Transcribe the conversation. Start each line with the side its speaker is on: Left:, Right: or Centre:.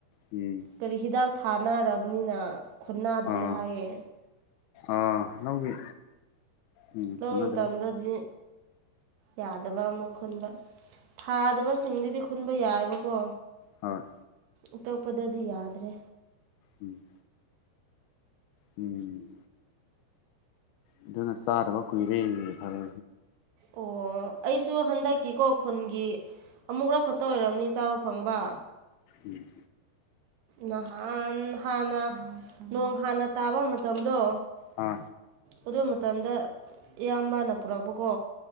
Left: ꯎꯝ
Right: ꯀꯔꯤ ꯍꯤꯗꯥꯛ ꯊꯥꯅꯔꯕꯅꯤꯅ ꯈꯨꯟꯟꯅꯗ꯭ꯔꯦ
Left: ꯑꯥ
Right: ꯍꯥꯏꯌꯦ
Left: ꯑꯥ ꯂꯧꯒꯤ ꯎꯝ
Right: ꯂꯧꯕ
Left: ꯈꯨꯟꯅꯗ꯭ꯔꯦ
Right: ꯃꯇꯝꯗꯗꯤ ꯌꯥꯗꯕ ꯑꯃꯨꯛ ꯈꯨꯟꯕ ꯊꯥꯗꯕꯁꯤꯡꯗꯨꯗꯤ ꯈꯨꯟꯕ ꯌꯥꯏꯕꯀꯣ
Left: ꯍꯣꯏ
Right: ꯎꯇꯛꯄꯗꯗꯤ ꯌꯥꯗ꯭ꯔꯦ
Left: ꯎꯝ ꯎꯝ ꯑꯗꯨꯅ ꯆꯥꯗꯕ ꯀꯨꯏꯔꯦ ꯐꯕ
Right: ꯑꯣ ꯑꯩꯁꯨ ꯍꯟꯗꯛꯀꯤꯀꯣ ꯈꯨꯟꯒꯤ ꯑꯃꯨꯛ ꯈ ꯈꯛꯇ ꯑꯣꯏꯔꯕꯅꯤ ꯆꯥꯕ ꯐꯪꯕ
Left: ꯎꯝ
Right: ꯅꯍꯥꯟ ꯍꯥꯟꯅ ꯅꯣꯡ ꯍꯥꯟꯅ ꯇꯥꯕ ꯃꯇꯝꯗꯣ
Left: ꯍ
Right: ꯑꯗꯨ ꯃꯇꯝꯗ ꯏꯌꯥꯝꯕꯅ ꯄꯨꯔꯛꯄꯀꯣ